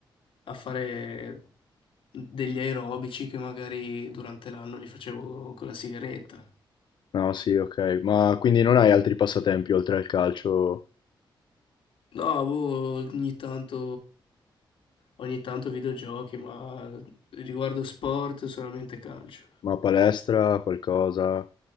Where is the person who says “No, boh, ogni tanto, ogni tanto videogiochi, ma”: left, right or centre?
Left